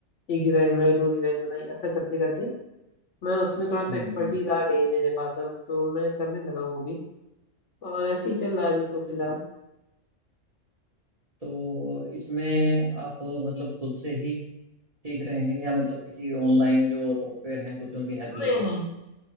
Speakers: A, on the left; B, on the right.
A: एक डिजाइन बनाई दो डिजाइन बनाई ऐसा करते करते मैं उसमें थोड़ा सा
B: हम्म,
A: एक्सपर्टीज
B: हम्म।
A: आ गई है मेरे पास अब तो मैं करने लगा हूँ वो भी और ऐसे ही चल रहा है अभी तो फिलहाल
B: तो, तो इसमें आप मतलब खुद से ही सीख रहे हैं या मतलब किसी ऑनलाइन जो सॉफ्टवेयर हैं कुछ उनकी हेल्प लेते
A: नहीं नहीं
B: हैं